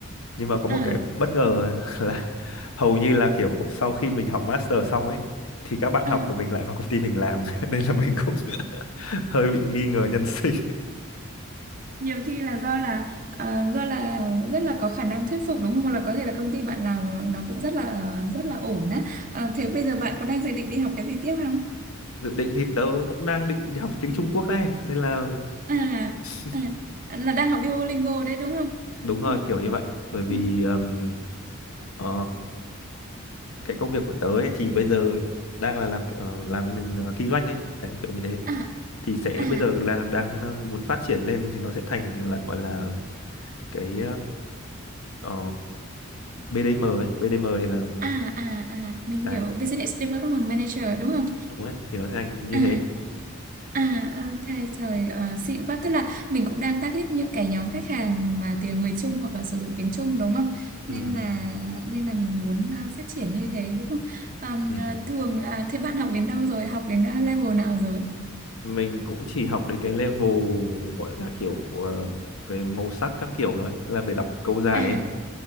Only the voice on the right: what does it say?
À,
à,
nhiều khi là do là à, do là rất là có khả năng thuyết phục đúng không Hoặc là có thể là công ty bạn làm nó cũng rất là rất là ổn á à,
thế bây giờ bạn có đang dự định đi học cái gì tiếp không
à,
à là đang học Duolingo đấy đúng không
Ừ,
ừ.
à
à
à à à mình
hiểu business development manager đúng không
À,
à, ok, trời ờ, xịn quá. Tức là mình cũng đang target những cái nhóm khách hàng mà tiếng người Trung hoặc là sử dụng tiếng Trung đúng không? Nên
là nên là mình muốn ờ, phát triển như thế đúng không? Ờm,
ờ, thường là thế bạn học đến đâu rồi? Học đến ờ, level nào rồi?
À,